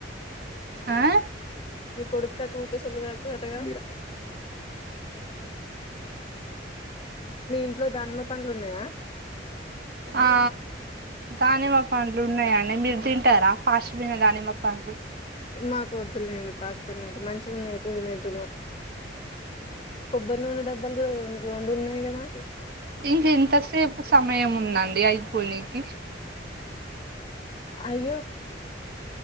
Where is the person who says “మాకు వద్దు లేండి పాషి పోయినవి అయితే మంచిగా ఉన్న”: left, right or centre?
Left